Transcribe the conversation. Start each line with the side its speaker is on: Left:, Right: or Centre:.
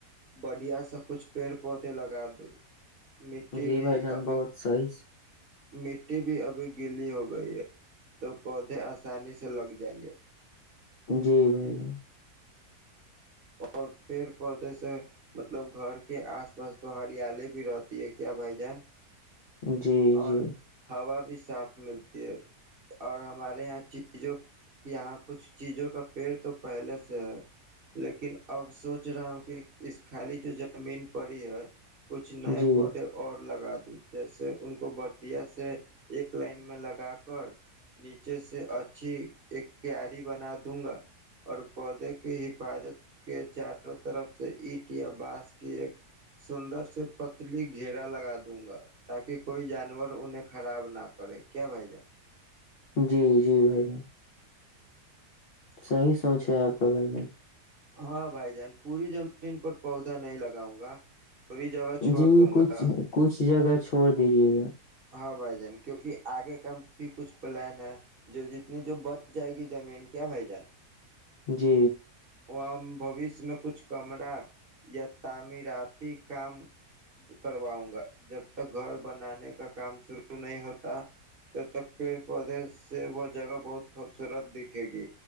Right: بڑھیا سے کچھ پیڑ پودے لگا دو مٹی
Left: جی
Right: بھی
Left: بھائی جان
Right: ابھی
Left: بہت صحیح
Right: مٹی بھی اب گلی ہو گئی ہے تو پودے آسانی سے لگ جائیں گے
Left: جی بھائی ج
Right: اور پیڑ پودے سے مطلب گھر کے آس پاس تو ہریالی بھی رہتی ہے کیا بھائی جان
Left: جی
Right: اور
Left: جی
Right: ہوا بھی صاف ملتی ہے اور ہمارے یہاں چیزوں یہاں کچھ چیزوں کا پیڑ تو پہلے سے ہے لیکن اب سوچ رہا ہوں کہ اس خالی جو زمین پڑی ہے کچھ نئے
Left: جی
Right: پودے اور لگا دو جیسے ان کو بڑھیا سے ایک لائن میں لگا کر نیچے سے اچھی ایک کیاری بنا دوں گا اور پودے کے حفاظت کے چاروں طرف سے اینٹ یا بانس کی ایک سندر سے پتلی گھیرا لگا دوں گا تاکہ کوئی جانور انہیں خراب نہ کرے کیا بھائی جان
Left: جی جی بھائی جان صحیح سوچ ہے آپ کا بھائی جان
Right: ہاں بھائی جان پوری زمین پر پودا نہیں لگاؤں گا تھوڑی جگہ چھوڑ
Left: جی
Right: دوں
Left: کچھ
Right: گا
Left: کچھ جگہ چھوڑ دیجیے گا
Right: ہاں بھائی جان کیوںکہ آگے کا بھی کچھ پلان ہے جو جتنی جو بچ جائے گی زمین کیا بھائی جان
Left: جی
Right: وہ بوشیہ میں کچھ کمرہ یا تعمیراتی کام کرواؤں گا جب تک گھر بنانے کا کام شروع نہیں ہوتا تب تک پیڑ پودے سے وہ جگہ بہت خوبصورت دکھے گی